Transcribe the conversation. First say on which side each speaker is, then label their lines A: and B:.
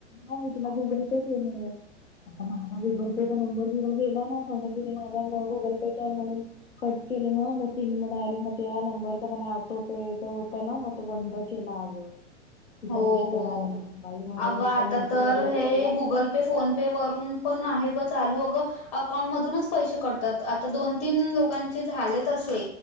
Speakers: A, on the left; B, on the left.
A: हा मी तुला गुगल पे केले. आता माझा गुगल पेचा नंबर तिला गेला ना. समजा तिने माझा गुगल पेचा आहे म्हणून. कट केलं. मग मग ति मग डायरेक्ट मग त्या नंबरचा मला आठवते होता, ना मग तो बंद के केला अगं. तिच्या
B: हो
A: मिस्टरांनी
B: हो
A: बाई माझ्या
B: अगं
A: मिस्टरांना
B: आता
A: माहिती
B: तर
A: पडलं
B: हे
A: असतं
B: गुगल पे फोन. पे वरून पण आहे गं चालू अगं. अकाउंटमधूनच पैसे कटतात. आता दोन तीन लोकांचे झालेत असे.